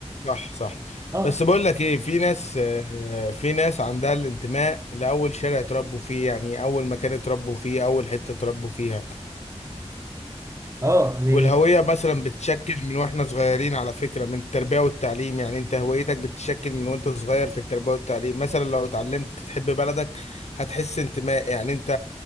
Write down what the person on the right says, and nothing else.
اه
اه دي